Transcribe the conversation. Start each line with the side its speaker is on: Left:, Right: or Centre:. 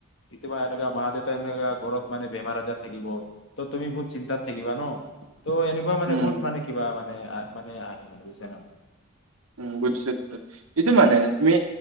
Left: কেতিয়াবা এনেকুৱা মা-দেউতা এনেকা ঘৰত মানে বেমাৰ আজাৰ থাকিব ত' তুমি বহুত চিন্তাত। থাকিবা ন'। ত' এনেকুৱা মান
Right: উম
Left: বহুত মানে কিবা মানে মানে আহ মানে বুজছে ন
Right: উম, বুজিছোঁ, এইটো মানে তুমি।